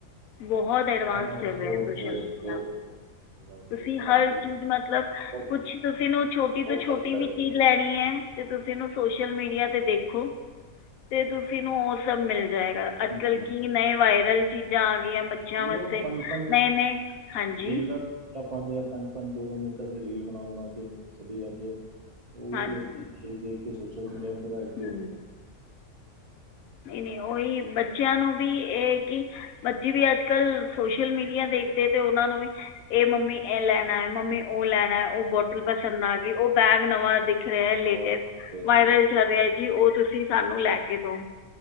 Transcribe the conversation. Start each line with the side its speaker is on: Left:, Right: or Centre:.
Left: ਬਹੁਤ ਐਡਵਾਂਸ
Right: ਹਾਂ
Left: ਚੱਲ ਰਿਹਾ
Right: ਬਹੁਤ
Left: ਸੋਸ਼ਲ
Right: ਬਹੁਤ
Left: ਮੀਡੀਆ
Right: ਬਹੁਤ ਐਡਵਾਂਸ
Left: ਤੁਸੀਂ
Right: ਹੈ ਔਰ
Left: ਹਰ
Right: ਅੱਗੇ ਵੀ
Left: ਚੀਜ਼ ਮਤਲਬ
Right: ਬਹੁਤ
Left: ਕੁਛ ਤੁਸੀਂ ਨੂੰ ਛੋਟੀ
Right: ਹੋ
Left: ਤੋਂ ਛੋਟੀ
Right: ਸਕਦਾ
Left: ਵੀ
Right: ਹੈ
Left: ਚੀਜ਼ ਲੈਣੀ ਹੈ ਤੇ ਤੁਸੀਂ ਇਹਨੂੰ ਸੋਸ਼ਲ ਮੀਡੀਆ ਤੇ ਦੇਖੋ ਤੇ ਤੁਸੀਂ ਕਿਸੇ ਨੂੰ ਹੋਰ ਸਭ ਮਿਲ ਜਾਏਗਾ, ਅੱਜ
Right: ਮਿਲ
Left: ਕੱਲ ਕੀ ਨਵੇਂ ਵਾਇਰਲ ਚੀਜ਼ਾਂ ਆ ਗਈਆਂ ਬੱਚੇ ਬੱਚੇਆ ਵਾਸੇ
Right: ਇਹ ਉਹ ਪੰਜ ਪੰਜ
Left: ਨਏ-ਨਏ ਹਾਂਜੀ।
Right: ਰੀਲਾਂ ਪਾਉਂਦੇ ਆ ਪੰਜ ਦੋ-ਦੋ ਮਿੰਟਾਂ ਦੇ ਰੀਲ ਬਣਾ, ਬਣਾ ਕੇ ਛੱਟੀ ਜਾਂਦੇ ਆ। ਉਹਹੀ
Left: ਹਾਂਜੀ
Right: ਲੋਕੀ ਦੇਖ-ਦੇਖ ਕੇ ਸੋਸ਼ਲ ਮੀਡੀਆ ਪਰਾ ਐਕਟਿਵ
Left: ਹੂੰ ਨਹੀਂ, ਨਹੀਂ ਉਹੀ ਬੱਚਿਆਂ ਨੂੰ ਵੀ ਇਹ ਕਿ ਬੱਚੀ ਵੀ ਅੱਜ ਕੱਲ ਸੋਸ਼ਲ ਮੀਡੀਆ ਦੇਖਦੇ ਤੇ ਉਹਨਾਂ ਨੂੰ ਵੀ ਇਹ ਮੰਮੀ ਇਹ ਲੈਣਾ ਮੰਮੀ ਉਹ ਲੈਣਾ, ਉਹ ਬੋਟਲ
Right: ਜਾਂਦਾ
Left: ਪਸੰਦ ਆ ਗਈ, ਉਹ ਬੈਗ ਨਵਾਂ ਦਿਖ ਰਿਹਾ ਹੈ ਲੇਟਸਟ
Right: ਨਵਾਂ ਹੈ
Left: ਵਾਇਰਲ
Right: ਉਹ-
Left: ਚਲ ਰਿਹਾ ਜੀ ਉਹ ਤੁਸੀਂ ਸਾਨੂੰ ਲੈ ਕੇ ਦੋ।